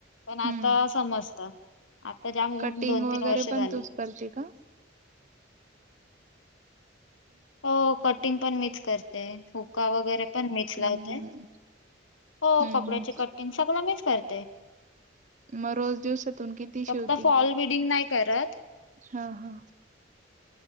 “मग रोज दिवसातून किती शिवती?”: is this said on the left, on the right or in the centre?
Right